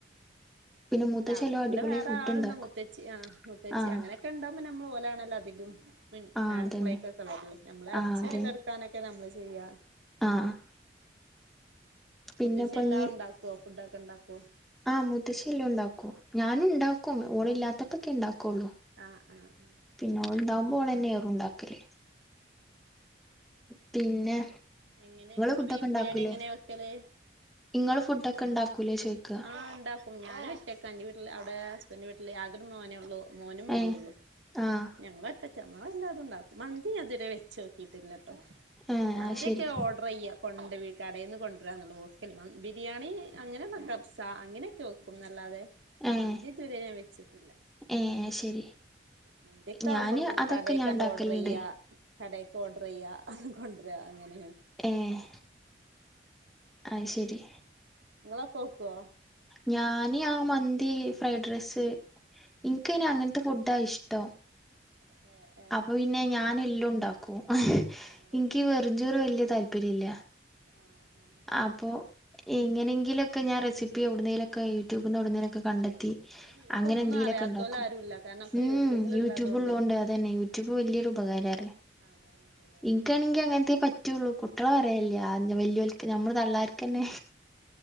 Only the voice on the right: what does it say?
അല്ല വീട്ടില്
വേറെ
ആളുണ്ട്
മുത്തേച്ചി ആ മുത്തേച്ചി
അങ്ങനെ ക്കെ ഉണ്ടാവുമ്പോ നമ്മൾ ഓലാണല്ലോ അധികം പി
അടുക്കളേക്കൊക്കെ
വരില്. നമ്മൾ അടിചേരി
തെടുക്കാനൊക്കെ നമ്മൾ ചെയ്യുക
മുത്തച്ചി എല്ലാം ഉണ്ടാക്കുവോ ഫുഡ് ഒക്കെ ഉണ്ടാക്കുവോ
ആഹ് ആഹ് ആഹ്.
എങ്ങനെ ഇങ്ങള്
ബീഫ്
ബിരിയാണി എങ്ങനെ വെക്കല്?
ആഹ് ഇണ്ടാക്കും. ഞാനൊറ്റക്ക ഇന്റെ വീട്ടില് അവടെ ഹസ്ബന്റെ വീട്ടില് ആകൊരു മോനേ ഒള്ളൂ. മോനും മോളൊള്ളു.
ഞങ്ങളൊറ്റക്ക മ്മള് എല്ലാതുണ്ടാക്കും. മന്തി ഇതുവരെ വെച്ച് നോക്കിയിട്ടില്ലട്ടോ
മന്തിയൊക്കെ
ഓർഡർചെയ്യാ കൊണ്ട് കടേന്ന് കൊണ്ടുരാന്നൊള്ളൂ ബിരിയാണി അങ്ങനെക്ക കബ് സ അങ്ങനൊക്കെ വെക്കും ന്നല്ലാതെ
മന്തി ഇത് വരെ ഞാൻ വെച്ചിട്ടില്ല.
മന്തിഒക്കാവുമ്പള്
പിന്നെ
കടേക്കാണ്ട്
ഓർഡറിയ്യ. കടേക്ക് ഓഡർയ്യ കൊണ്ട്ര അങ്ങനെണ്.
നിങ്ങളെക്കോക്കോ.
ആഹ്
ഏഹ്. ഏഹ്
ആഹ്
ആഹ് ആഹ്.
ആഹ്
ഇന്ന് ഇപ്പൊ
ഒന്നും
അറിയാത്തോല്
ആരുല്ല കാരണം ഒക്കെ
യൂട്യൂബിൽ
ഇള്ളതോണ്ടേ
ആഹ്
ആഹ് അതാണ് ഉപകാരാണ്
ആഹ്
അതാണ്